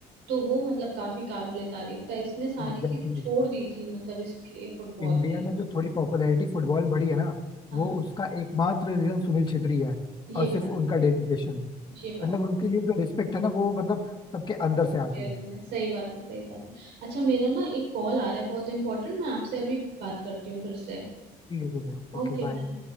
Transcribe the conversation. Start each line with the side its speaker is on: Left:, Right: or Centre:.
Right: तो वो मतलब काफी काबिले तारीफ था इसने सारी
Left: एग्जैक्टली
Right: चीज छोड़ दी थी मतलब इसके लिए फुटबॉल
Left: इंडिया
Right: के लिए
Left: में जो थोड़ी पॉपुलैरिटी फुटबॉल बढ़ी है ना
Right: हाँ
Left: वो उसका एकमात्र रीजन सुनील छेत्री है
Right: ये
Left: और सिर्फ
Right: बात
Left: उनका डेडिकेशन
Right: ये बात
Left: मतलब उनके लिए जो रिस्पेक्ट है ना वो मतलब सबके अंदर से आती
Right: है
Left: है
Right: मैंने सही बात है सही बात है अच्छा मेरा ना एक कॉल आ रहा है बहुत इंपॉर्टेंट मैं आपसे अभी बात करती हूँ फिर से
Left: ठीक है ठीक है ओके
Right: Okay
Left: बाय
Right: bye